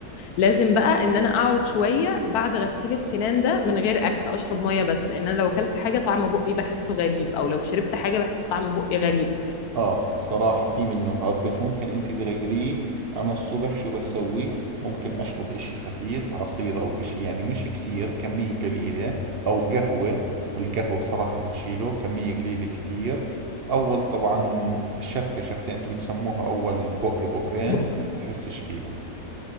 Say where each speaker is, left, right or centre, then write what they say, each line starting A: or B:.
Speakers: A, on the left; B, on the right.
A: لازم بقى ان انا اقعد شوية بعد غسيل السنان ده من غير اكل اشرب مية بس لان انا لو كلت حاجة طعم بقي بحسه غريب او لو شربت حاجة بحس طعم بقي غريب
B: <laughs> اه بصراحة في منه هاب بس ممكن انت تغيريه انا الصبح شو بسوي ممكن اشرب اشي خفيف عصير او اشي يعني مش كثير كمية قليلة او قهوة القهوة بصراحة بتشيله كمية قليلة كثير اول طبعا شفة شفتين انتوا بتسموها اول بق بقين
A: بق...
B: بتحسش فيها